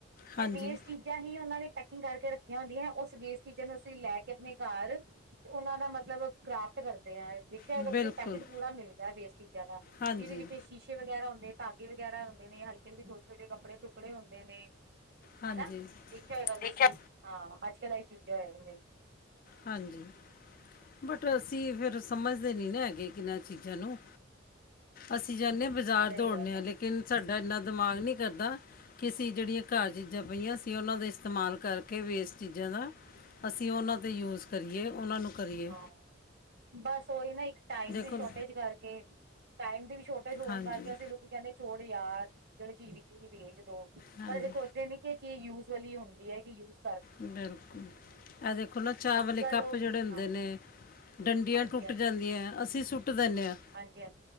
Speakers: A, on the left; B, on the right.
A: ਹਾਂਜੀ
B: ਇਹ ਵੇਸਟ ਚੀਜ਼ਾਂ ਹੀ ਉਹਨਾਂ ਨੇ ਪੈਕਿੰਗ ਕਰਕੇ ਰੱਖੀਆਂ ਹੁੰਦੀਆਂ। ਉਹ ਸਦੇਸ਼ ਕਿਚਨ ਅਸੀਂ ਲੈ ਕੇ ਆਪਣੇ ਘਰ ਤੇ ਉਹਨਾਂ ਦਾ ਮਤਲਬ ਕਰਾਫਟ ਕਰਦੇ। ਦੇਖਿਆ ਹੈਗਾ
A: ਬਿਲਕੁਲ
B: ਤੁਸੀਂ ਪੈਕੇਟ ਪੂਰਾ ਮਿਲਦਾ ਵੇਸਟ ਚੀਜ਼ਾਂ ਦਾ
A: ਹਾਂਜੀ
B: ਜਿਹਦੇ ਵਿੱਚ ਸ਼ੀਸ਼ੇ ਵਗੈਰਾ ਹੁੰਦੇ ਧਾਗੇ ਵਗੈਰਾ ਹੁੰਦੇ ਨੇ ਹਲਕੇ ਦੇ ਛੋਟ-ਛੋਟੇ ਕੱਪੜੇ ਟੁਕੜੇ ਹੁੰਦੇ ਨੇ।
A: ਹਾਂਜੀ
B: ਹਨਾ ਦੇਖਿਆ ਹੋਏਗਾ
A: ਦੇਖਿਆ
B: ਤੁਸੀਂ ਹਾਂ। ਅੱਜ ਕੱਲ ਇਹੀ ਚੀਜ਼ਾਂ ਹੈਗੀਆਂ
A: ਹਾਂਜੀ। ਬਟ ਅਸੀਂ ਫੇਰ ਸਮਝਦੇ ਨਹੀਂ ਨਾ ਹੈਗੇ ਏਨਾ ਚੀਜ਼ਾਂ ਨੂੰ। ਅਸੀਂ ਜਾਣੇ
B: ਹੂੰ
A: ਆ ਬਾਜ਼ਾਰ
B: ਸਹੀ
A: ਦੌੜਨ
B: ਗੱਲ
A: ਆ ਲੇਕਿਨ ਸਾਡਾ ਇੰਨਾ ਦਿਮਾਗ ਨਹੀਂ ਕਰਦਾ ਕਿ ਅਸੀਂ ਜਿਹੜੀਆਂ ਘਰ ਚੀਜ਼ਾਂ ਪਈਆਂ ਸੀ ਉਹਨਾਂ ਦਾ ਇਸਤੇਮਾਲ ਕਰਕੇ ਵੇਸਟ ਚੀਜ਼ਾਂ ਅਸੀਂ ਉਹਨਾਂ ਤੇ ਯੂਜ਼ ਕਰੀਏ ਉਹਨਾਂ ਨੂੰ। ਕਰੀਏ
B: ਹਾਂ, ਬਸ ਓਹੀ ਨਾ ਇੱਕ ਟਾਈਮ
A: ਦੇਖੋ
B: ਦੀ ਸ਼ੋਰਟੇਜ ਕਰਕਏ। ਟਾਈਮ ਦੀ ਛੋਟੇ ਹੋਣ
A: ਹਾਂਜੀ
B: ਕਰਕੇ ਅਸੀਂ ਲੋਕੀ ਕਹਿੰਦੇ ਛੋੜ ਯਾਰ ਜਿਹੜੀ ਚੀਜ਼ ਵਿਕੇਗੀ ਵੇਚ ਦੋ
A: ਹਾਂਜੀ
B: ਪਰ ਅਸੀਂ ਸੋਚਦੇ ਨੀ ਕਿ ਇਹ ਚੀਜ਼ ਯੂਜ ਵਾਲੀ ਹੁੰਦੀ ਆ ਕੀ ਯੂਜ਼
A: ਬਿਲਕੁਲ ਇਹ ਦੇਖੋ ਨਾ ਚਾਹ
B: ਅੱਜ
A: ਵਾਲੇ
B: ਕੱਲ੍ਹ
A: ਕੱਪ
B: ਉਹ
A: ਜਿਹੜੇ
B: ਵੀ
A: ਹੁੰ
B: ਹਾਂਜੀ
A: ਨੇ ਡੰਡੀਆਂ
B: ਹਾਂਜੀ
A: ਟੁੱਟ
B: ਹਾਂਜੀ
A: ਜਾਂਦੀਆਂ, ਅਸੀਂ ਸੁੱਟ ਕੁੱਟ ਦਿੰਦੇ ਆ।
B: ਹਾਂਜੀ ਹਾਂਜੀ